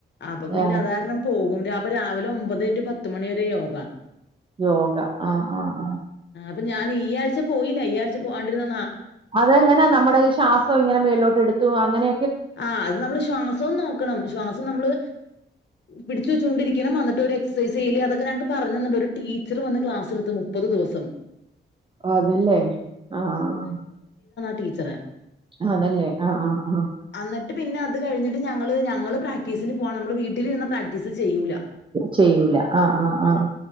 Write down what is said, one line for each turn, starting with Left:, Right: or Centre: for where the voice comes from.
Left: അപ്പ പിന്നെ
Right: ആഹ്
Left: അതാര്ണം പോകു അപ്പൊ രാവിലെ ഒമ്പത് റ്റു പത്ത് മണി വരെ യോഗ
Right: യോഗ ആഹ് ആഹ് ആഹ്
Left: അപ്പ ഞാൻ ഈ ആഴ്ച പോയില്ല ഈ ആഴ് പോആണ്ടിര്ന്ന-
Right: അതെങ്ങനെ നമ്മുടെ ഈ ശ്വാസം ഇങ്ങനെ മേലിലോട്ട് എടുത്തു അങ്ങനെ
Left: ആഹ് അത് നമ്മള് ശ്വാസം നോക്കണം ശ്വാസം നമ്മള് പിടിച്ച് വെച്ചൊണ്ടിരിക്കണം എന്നട്ട് ഒര് എക്സസിസ് ചെയ്യാല് അതൊക്കെ ഞങ്ങക്ക് പറഞ്ഞന്നണ്ട് ഒരു ടീച്ചർ വന്ന് ക്ലാസ്ടുത്ത് മുപ്പത് ദിവസം
Right: അതല്ലേ ആഹ്
Left: ടീച്ചറ
Right: ആന്നല്ലേ ആഹ് ആഹ് ആഹ്
Left: എന്നിട്ട് പിന്നെ അത് കഴിഞ്ഞിട്ട് ഞങ്ങള് ഞങ്ങള് പ്രാക്ടീസിന് പോണു നമ്മള് വീട്ടിൽ വുന്ന പ്രാക്ടീസ് ചെയ്യൂല.
Right: ചെയ്യൂല ആഹ് ആഹ് ആഹ്